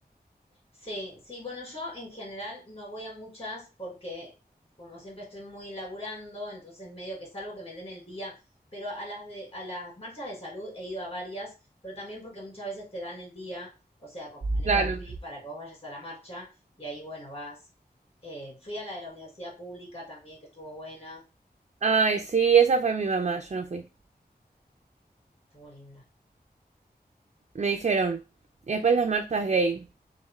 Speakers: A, on the left; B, on the right.
A: Sí, sí, bueno, yo en general no voy a muchas porque como siempre estoy muy laburando, entonces medio que salvo que me den el día, pero a las de, a las marchas de salud he ido a varias, pero también porque muchas veces te dan el día, o sea, como en
B: claro.
A: el hospi, para que vos vayas a la marcha y ahí, bueno, vas. Eh, fui a la de la universidad pública también, que estuvo buena,
B: Ay, sí, esa fue mi mamá, yo no fui.
A: estuvo linda.
B: Me dijeron. Y después las marchas gay.